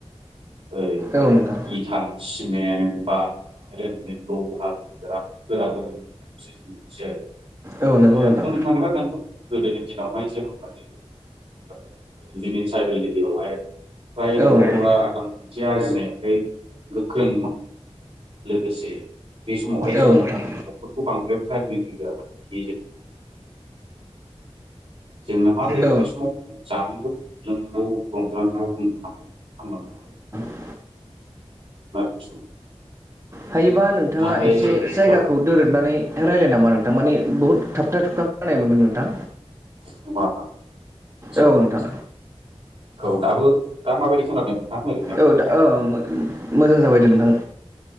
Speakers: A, on the right; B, on the right.
A: ओरै
B: औ नोंथां
A: इथा, सिमेन्ट बा ओरै लहाजों गोरा-गोरा <unintelligible>
B: औ नंगौ
A: बुंनो
B: नोंथां
A: थांग्रा नांगौ गोदोनि दिनावहाय सोरावबहा जोङो बिनि ट्राइबेल एरिययावहाय फ्रायख'फ्रा
B: औ नोंथां
A: रांखान्थि आरजियनायहाय गोख्रों लोगोसे बे समावहाय जोङो
B: औ नोंथां
A: न'खरखौ बांद्राय प्रायरिटि होआमोन। <unintelligible> जोंना मा जायो?
B: औ नोंथां
A: बे समाव जानांगौ जों रंजानांगौ उन्दुनांगौ थ
B: <unintelligible> औ
A: बे समाव
B: हायोबा नोंथाङा
A: नाथाय
B: एसे जायगाखौ
A: औ
B: दोरोबनानै रायज्लाय नामा नोंथां माने बहुथ थाबथा-थुबथाब खानाय मोनदों नोंथां।
A: नंगौ नामा आदसा
B: औ नोंथां।
A: औ दाबो दा माबायदि खोनादों नोंथां ओरैनो
B: औ दा औ। मोजां जाबायदे नोंथां।